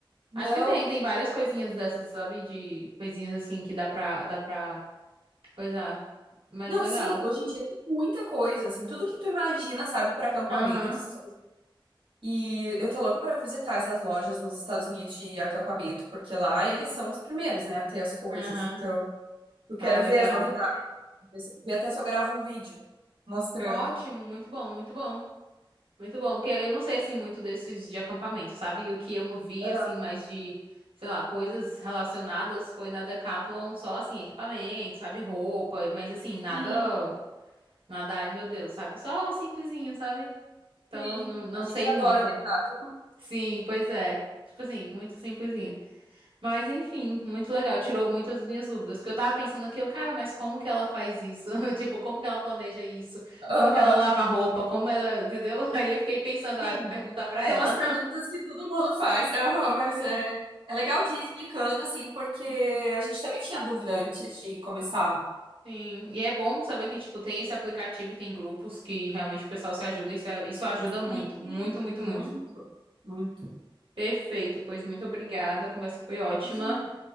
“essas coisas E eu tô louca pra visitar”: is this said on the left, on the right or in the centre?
Right